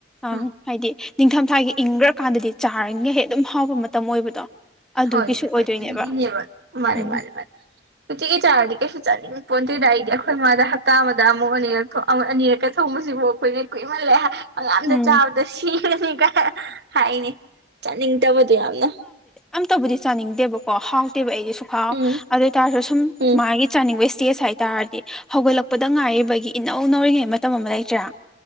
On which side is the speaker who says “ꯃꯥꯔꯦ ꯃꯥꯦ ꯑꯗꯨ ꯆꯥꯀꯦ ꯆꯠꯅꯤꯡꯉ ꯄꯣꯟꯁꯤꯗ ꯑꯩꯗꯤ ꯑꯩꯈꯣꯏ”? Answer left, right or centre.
Right